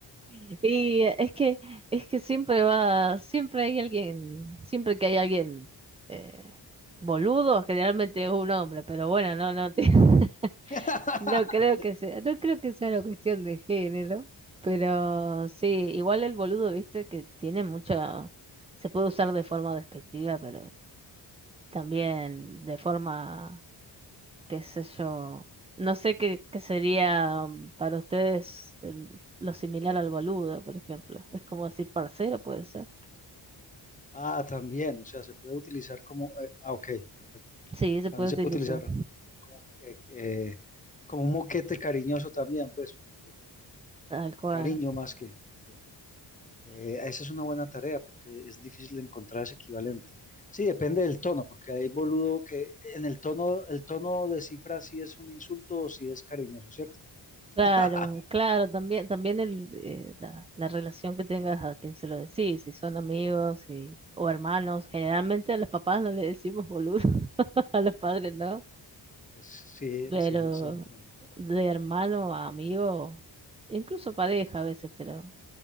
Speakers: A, on the right; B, on the left.
A: Y eh, es que, es que siempre va, siempre hay alguien, siempre que hay alguien eh, boludo, generalmente es un hombre, pero bueno, no, no, <laughs>
B: <laughs>
A: no creo que sea, no creo que sea una cuestión de género, pero sí, igual el boludo, viste, que tiene mucha, se puede usar de forma despectiva, pero también de forma qué sé yo. No sé qué, qué sería mm, para ustedes el- lo similar al boludo, por ejemplo. Es como decir parcero, puede ser.
B: Ah, también. O sea, se puede utilizar como... eh, ah, ok, perfecto.
A: Sí, se
B: También
A: puede
B: se
A: utilizar,
B: puede utilizar como, eh, eh, como un moquete cariñoso también, pues, como por
A: tal cual.
B: cariño más que... ok. Eh, esa es una buena tarea porque es difícil encontrar ese equivalente. Sí, depende del tono, porque hay boludo que en el tono, el tono descifra si es un insulto o si es cariñoso, ¿cierto? <laughs>
A: Claro, claro, también, también el, eh, la, la relación que tengas a quien se lo decís, si son amigos y, o hermanos. Generalmente a los papás no le decimos boludo, <laughs> a los padres no,
B: Pues sí,
A: pero
B: se, se entiende. claro.
A: de hermano a amigo, incluso pareja a veces, pero